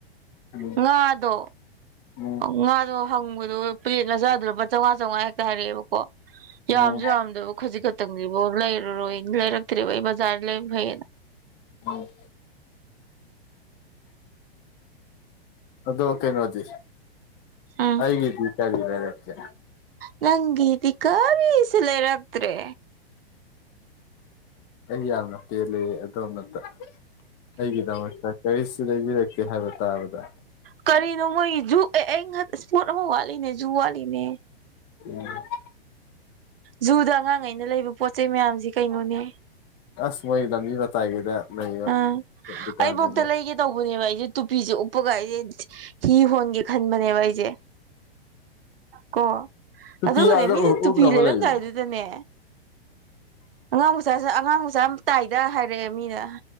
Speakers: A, on the left; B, on the right.
A: ꯎꯝ
B: ꯉꯥꯗꯣ
A: ꯎꯝ
B: ꯉꯥꯗꯣ ꯍꯪꯕꯗꯣ ꯄ꯭ꯂꯦꯠ ꯃꯆꯥꯗꯨꯗ ꯂꯨꯄꯥ ꯆꯧꯉꯥ ꯆꯧꯉꯥꯌꯦ ꯍꯥꯏꯔꯛꯑꯦꯕꯀꯣ
A: ꯎꯝ
B: ꯌꯥꯝꯖꯨ ꯌꯥꯝꯗꯕ ꯈꯖꯤꯛ ꯈꯛꯇꯪꯖꯤꯕꯣ ꯂꯩꯔꯔꯣꯏ ꯂꯩꯔꯛ ꯇ꯭ꯔꯦꯕꯥ ꯕꯖꯔꯗꯩꯩ ꯂꯩꯕꯅꯥ ꯐꯩꯅ
A: ꯎꯝ ꯑꯗꯣ ꯀꯩꯅꯣꯗꯤ
B: ꯎꯝ
A: ꯑꯩꯒꯤꯗꯤ ꯀꯔꯤ ꯂꯩꯔꯛꯀꯦ
B: ꯅꯪꯒꯤꯗꯤ ꯀꯔꯤꯁꯨ ꯂꯩꯔꯥꯛꯇ꯭ꯔꯦ
A: ꯑꯩ ꯌꯥꯝꯅ ꯄꯦꯜꯂꯦ ꯑꯗꯣꯝꯅꯇꯥ ꯑꯩꯒꯤꯗꯃꯛꯇꯥ ꯀꯔꯤꯁꯨ ꯂꯩꯕꯤꯔꯛꯇꯦ ꯍꯥꯏꯕ ꯇꯥꯕꯗ
B: ꯀꯔꯤꯅꯣ ꯃꯣꯏꯒꯤ ꯖꯨ ꯑꯦ ꯑꯩ ꯏꯁꯄꯣꯠ ꯑꯃꯥ ꯋꯥꯠꯂꯤꯅꯦ ꯖꯨ ꯋꯥꯠꯂꯤꯅꯦ
A: ꯎꯝ <unintelligible>
B: ꯖꯨꯗꯥ ꯑꯉꯥꯡꯒꯩꯅ ꯂꯩꯕ ꯄꯣꯠ ꯆꯩ ꯃꯌꯥꯝꯖꯤ ꯀꯩꯅꯣꯅꯦ
A: ꯑꯁ ꯃꯣꯏ ꯂꯝꯕꯤ ꯃꯇꯥꯏꯒꯤꯗ ꯂꯩꯕ
B: ꯑꯥ
A: ꯗꯨꯀꯥꯟꯖꯤꯡꯗꯣ
B: ꯑꯩꯕꯧꯇ ꯂꯩꯒꯦ ꯇꯧꯕꯅꯦꯕ ꯑꯩꯖꯦ ꯇꯨꯄꯤꯖꯦ ꯎꯞꯄꯥꯒ ꯑꯩꯖꯦ ꯍꯤ ꯍꯣꯟꯒꯦ ꯈꯟꯕꯥꯅꯦꯕ ꯑꯩꯖꯦ ꯀꯣ
A: ꯇꯨꯄꯤ
B: ꯑꯗꯨꯒꯥꯅꯦ
A: ꯑꯥꯗ
B: ꯃꯤꯅ ꯇꯨꯄꯤ
A: ꯎꯞꯅꯕ
B: ꯂꯩꯔꯝꯗꯥꯏꯗꯨꯗꯅꯦ
A: ꯂꯩꯗꯨꯗꯤ
B: ꯑꯉꯥꯡ ꯃꯆꯥꯖꯦ ꯑꯉꯥꯡ ꯃꯆꯥ ꯌꯥꯝ ꯇꯥꯏꯗ ꯍꯥꯏꯔꯛꯑꯦ ꯃꯤꯅ